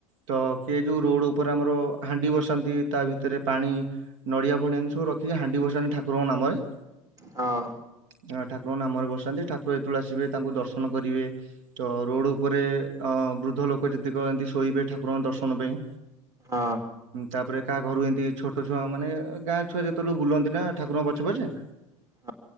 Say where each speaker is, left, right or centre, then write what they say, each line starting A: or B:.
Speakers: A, on the right; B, on the right.
A: ତ କିଏ ଯୋଉ ରୋଡ ଉପରେ ଆମର ହାଣ୍ଡି ବସାନ୍ତି ତା ଭିତରେ ପାଣି ନଡିଆ ଫଡ଼ିଆ ଏମିତି ସବୁ ରଖିକି ହାଣ୍ଡି ବସାନ୍ତି ଠାକୁରଙ୍କ ନାମରେ।
B: ହଁ।
A: ହଁ, ଠାକୁରଙ୍କ ନାମରେ ବସାନ୍ତି ଠାକୁର ଯେତେବେଳେ ଆସିବେ ତାଙ୍କୁ ଦର୍ଶନ କରିବେ ତ ରୋଡ ଉପରେ ଅ ବୃଦ୍ଧ ଲୋକ ଯେତିକ ଏମିତି ଶୋଇବେ ଠାକୁରଙ୍କ ଦର୍ଶନ ପାଇଁ।
B: ହଁ।
A: ତାପରେ କାହା ଘରୁ ଏମିତି ଛୋଟ ଛୁଆ ମାନେ ଗାଁ ଛୁଆ ଯେତେବେଳଳେ ବୁଲନ୍ତି ନା ଠାକୁରଙ୍କ ପଛେ ପଛେ
B: ହଁ!